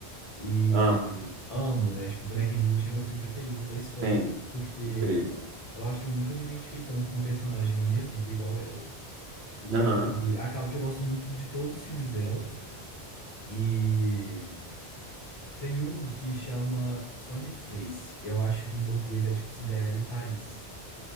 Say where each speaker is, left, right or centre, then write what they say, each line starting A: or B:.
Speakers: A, on the left; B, on the right.
A: E
B: Amo.
A: amo, né? Tipo, Bonequinho de Luxo é meu filme preferido da história,
B: Sim.
A: porque
B: Incrível.
A: eu acho que eu nunca me identifiquei tanto com um personagem na minha vida igual ela. E,
B: Aham.
A: e acaba que eu gosto muito de todos os filmes dela. E tem um que chama Funny Face. Eu acho que em português é tipo Cinderela em Paris.